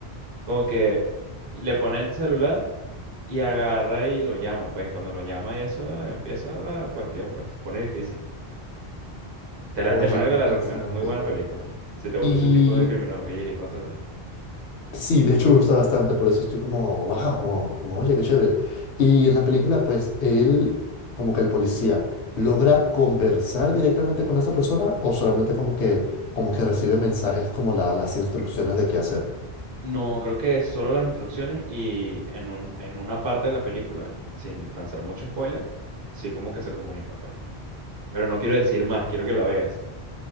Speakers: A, on the right; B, on the left.
A: Como que le pone el celular. Y agarra y lo llama, pues cuando lo llama y eso empieza la cuestión, pues se pone difícil. Te la,
B: Oye,
A: de pana
B: qué
A: que te
B: interesante.
A: la recomiendo, es muy buena película. Si te gusta
B: Y
A: ese tipo de criminologías y cosas así.
B: sí, de hecho me gusta bastante, por eso estoy como, wow, como, como, oye, qué chévere. Y en la película, pues, él, como que el policía, logra conversar directamente con esa persona o solamente como que, como que recibe mensajes como la- las instrucciones de qué hacer.
A: No, creo que solo las instrucciones y en un, en una parte de la película, sin lanzar mucho spoiler, sí como que se comunican, pues. Pero no quiero decir más, quiero que la veas.